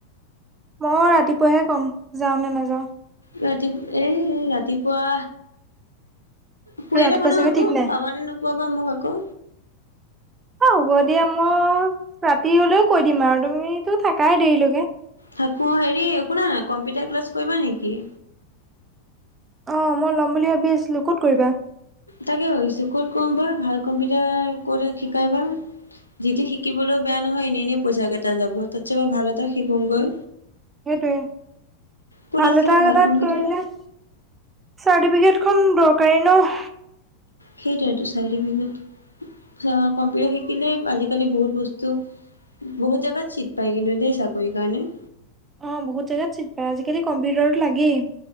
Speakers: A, on the right; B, on the left.
A: মই ৰাতিপুৱাহে ক'ম, যাওঁ নে নাযাওঁ।
B: ৰাতি, এই এই ৰাতিপুৱা শুয়ে
A: ৰাতিপুৱা
B: থাকো নহয়
A: চাগে
B: আকৌ,
A: ঠিক নাই।
B: পাবানে নোপোৱা বা মোক আকৌ।
A: এ হ'ব দিয়া মই ৰাতি হ'লেও কৈ দিম আৰু তুমিতো থাকাই দেৰি লৈকে।
B: থাকো হেৰী শুনানা কম্পিউটাৰ ক্লাছ কৰিবা নেকি?
A: অ মই ল'ম বুলি ভাবি আছিলোঁ, ক'ত কৰিবা।
B: তাকে ভাবিছোঁ ক'ত কৰোঁ বা ভাল কম্পিউটাৰ ক'ত শিকাই বা। যিটি শিকিবলৈও বেয়া নহয় এনেই এনেই পইচা কেইটা যাব তাতচে মই ভাল এটা শিকোগৈ।
A: সেইটোৱে,
B: ক'ত
A: ভাল
B: আছে
A: এটা
B: বা
A: এটাত
B: কম্পিউটাৰ
A: কৰিলে চাৰ্টিফিকেট খন দৰকাৰী ন'।
B: সেইটোৱেটো চাৰ্টিফিকেট আ কম্পিউটাৰ শিক শিকিলে আজিকালি বহুত বস্তু, বহুত জেগাত চিট পাই কিন্তু দেই চাকৰি কাৰণে।
A: অ বহুত জেগাত চিট পায় আজিকালি কম্পিউটাৰটো লাগেই।